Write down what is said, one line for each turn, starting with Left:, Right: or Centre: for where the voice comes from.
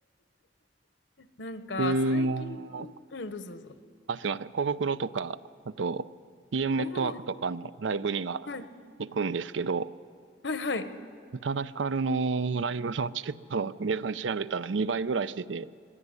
Left: なんか、
Right: 僕も、
Left: 最近、うん、どうぞどうぞ。
Right: あ、すいません。小袋とか、あと、DM ネットワークとかのライブには
Left: ああ、はい、
Right: 行くんですけど、
Left: はい、はい。
Right: 宇多田ヒカルのライブのチケットの値段調べたら2倍ぐらいしてて、